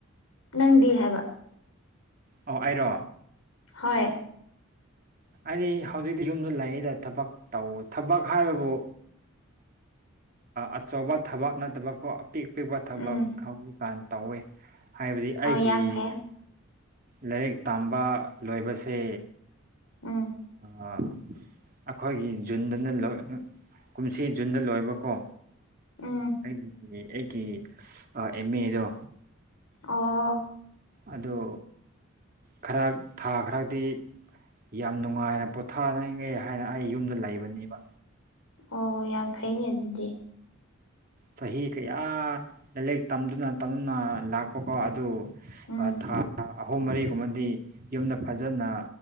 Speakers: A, on the left; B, on the right.
A: ꯅꯪꯗꯤ ꯍꯥꯏꯕ
B: ꯑꯣ ꯑꯩꯔꯣ
A: ꯍꯣꯏ
B: ꯑꯩꯗꯤ ꯍꯧꯖꯤꯛꯇꯤ ꯌꯨꯝꯗ ꯂꯩꯔꯤꯗ ꯊꯕꯛ ꯇꯧ ꯊꯕꯛ ꯍꯥꯏꯕꯕꯨ ꯑꯆꯧꯕ ꯊꯕꯛ ꯅꯠꯇꯕꯀꯣ ꯑꯄꯤꯛ ꯑꯄꯤꯛꯄ ꯊꯕꯛ
A: ꯎꯝ
B: ꯍꯧꯖꯤꯛꯀꯥꯟ ꯇꯧꯋꯤ ꯍꯥꯏꯕꯗꯤ
A: ꯍꯣꯏ
B: ꯑꯩꯒꯤ
A: ꯌꯥꯝ ꯐꯩ
B: ꯂꯥꯏꯔꯤꯛ ꯇꯝꯕ ꯂꯣꯏꯕꯁꯦ
A: ꯎꯝ
B: ꯑꯥ ꯑꯩꯈꯣꯏꯒꯤ ꯖꯨꯟꯗꯅ ꯂꯣꯏ ꯀꯨꯝꯁꯤ ꯖꯨꯟꯗ ꯂꯣꯏꯕꯥꯥꯀꯣ
A: ꯎꯝ
B: ꯑꯩꯒꯤ ꯑꯩꯒꯤ ꯑꯥ ꯑꯦꯝ ꯑꯦꯗꯣ
A: ꯑꯣ
B: ꯑꯗꯨ ꯈꯔ ꯊꯥ ꯈꯔꯗꯤ ꯌꯥꯝ ꯅꯨꯡꯉꯥꯏꯅ ꯄꯣꯊꯥꯅꯤꯉꯦ ꯍꯥꯏꯅ ꯑꯩ ꯌꯨꯝꯗ ꯂꯩꯕꯅꯦꯕ
A: ꯑꯣ ꯌꯥꯝ ꯐꯩꯅꯦ ꯑꯗꯨꯗꯤ
B: ꯆꯍꯤ ꯀꯌꯥ ꯂꯥꯏꯔꯤꯛ ꯇꯝꯗꯨꯅ ꯇꯝꯗꯨꯅ ꯂꯥꯛꯄ ꯀꯣ ꯑꯗꯨ
A: ꯎꯝ
B: ꯑꯥ ꯊꯥ ꯑꯍꯨꯝ ꯃꯔꯤꯒꯨꯝꯕꯗꯤ ꯌꯨꯝꯗ ꯐꯖꯅ